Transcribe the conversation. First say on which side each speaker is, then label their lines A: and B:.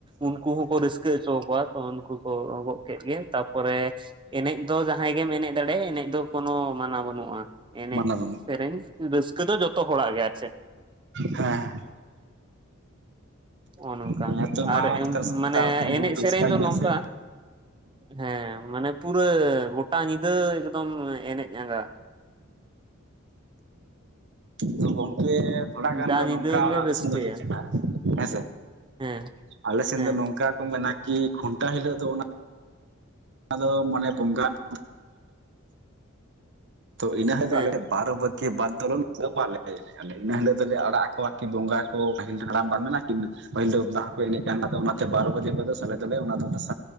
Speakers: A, on the right (about 25°); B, on the right (about 60°).
A: ᱩᱱᱠᱩ- ᱩᱱᱠᱩ ᱦᱚᱸᱠᱚ ᱨᱟᱹᱥᱠᱟᱹ ᱦᱚᱪᱚ ᱟᱠᱚ ᱠᱚᱣᱟ ᱛᱚ ᱩᱱᱠᱩ ᱠᱚ ᱟᱸᱜᱚᱵ ᱠᱮᱫ ᱜᱮ ᱛᱟᱯᱚᱨᱮ ᱮᱱᱮᱡ ᱫᱚ ᱡᱟᱦᱟᱸᱭ ᱜᱮᱢ ᱮᱱᱮᱡ ᱫᱟᱲᱮ ᱮᱱᱮᱡ ᱫᱚ ᱠᱳᱱᱳ ᱢᱟᱱᱟ ᱵᱟᱹᱱᱩᱜ-ᱟ ᱮᱱᱮᱡ
B: ᱢᱟᱱᱟᱣ ᱵᱟᱹᱱᱩᱜ
A: ᱥᱮᱨᱮᱧ ᱨᱟᱹᱥᱠᱟᱹ ᱫᱚ ᱡᱚᱛᱚ ᱦᱚᱲᱟᱜ ᱜᱮ ᱟᱨ ᱪᱮ
B: ᱦᱮᱸ
A: ᱱᱚᱜ-ᱚ ᱱᱚᱝᱠᱟ
B: ᱱᱤᱛᱚᱜ ᱢᱟ
A: ᱟᱨ
B: ᱱᱮᱛᱟᱨ ᱥᱟᱱᱛᱟᱲ
A: ᱢᱟᱱᱮ
B: ᱦᱚᱯᱚᱱ
A: ᱮᱱᱮᱡ
B: ᱫᱚᱵᱚᱱ ᱨᱟᱹᱥᱠᱟᱹᱭ
A: ᱥᱮᱨᱮᱧ ᱫᱚ
B: ᱜᱮᱭᱟ
A: ᱱᱚᱝᱠᱟ
B: ᱥᱮ
A: ᱦᱮᱸ ᱢᱟᱱᱮ ᱯᱩᱨᱟᱹ ᱜᱚᱴᱟ ᱧᱤᱫᱟᱹ ᱮᱠᱫᱚᱢ ᱮᱱᱮᱡ ᱟᱸᱜᱟ᱾
B: ᱛᱚ ᱜᱚᱢᱠᱮ- ᱛᱷᱚᱲᱟ ᱜᱟᱱ
A: ᱡᱟ
B: ᱫᱚ
A: ᱧᱤᱫᱟᱹ
B: ᱱᱚᱝᱠᱟ
A: ᱞᱮ
B: ᱟᱞᱮ
A: ᱨᱟᱹᱥᱠᱟᱹᱭᱟ
B: ᱥᱮᱱ ᱫᱚ ᱦᱩᱭᱩᱜ ᱠᱟᱱᱟ ᱦᱮᱸ ᱥᱮ,
A: ᱦᱮᱸ
B: ᱟᱞᱮ ᱥᱮᱱ
A: ᱦᱮᱸ
B: ᱫᱚ ᱱᱚᱝᱠᱟ ᱢᱮᱱᱟ ᱠᱤ ᱠᱷᱩᱱᱴᱟ ᱦᱤᱞᱳᱜ ᱫᱚ ᱚᱱᱟ ᱚᱱᱟ ᱫᱚ ᱢᱟᱱᱮ ᱵᱚᱸᱜᱟ <inaudible> ᱛᱚ ᱤᱱᱟᱹ ᱦᱤᱞᱚᱜ
A: ᱦᱮᱸ
B: ᱟᱞᱮ, ᱵᱟᱨ ᱵᱠᱤ ᱵᱫᱚᱞ <unintelligible> ᱤᱱᱟᱹᱤᱞᱳᱜ ᱫᱚᱞᱮᱲᱟᱜ ᱠᱚᱣᱟ ᱠᱤ ᱵᱚᱸᱜᱟ ᱠᱚ ᱯᱟᱹᱤᱞ ᱫᱚ ᱦᱟᱲᱟᱢ ᱵᱟ ᱢᱮᱱᱟᱜᱼᱟ ᱠᱤ ᱯᱟᱹᱦᱤᱞ ᱫᱚ ᱵ ᱠᱚ ᱮᱱᱮᱡ ᱠᱟᱱ ᱛᱮ ᱵᱟᱨᱚ ᱵᱟᱡᱮ ᱠᱷ ᱫᱚ ᱟᱞᱮ ᱫᱚᱞ ᱚᱱᱟ ᱫᱚ ᱫᱥ